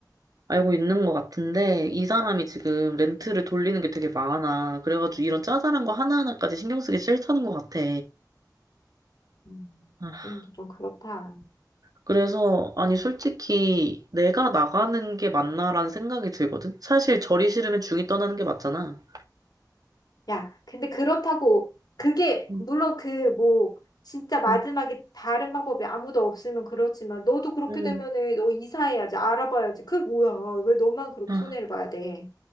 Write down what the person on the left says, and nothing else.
음,
집주인도 좀 그렇다.
야, 근데 그렇다고 그게
물론 그 뭐 진짜 마지막에
다른 방법이 아무도 없으면 그렇지만 너도 그렇게
되면은 너 이사해야지 알아봐야지 그게 뭐야 왜 너만 그렇게
손해를 봐야 돼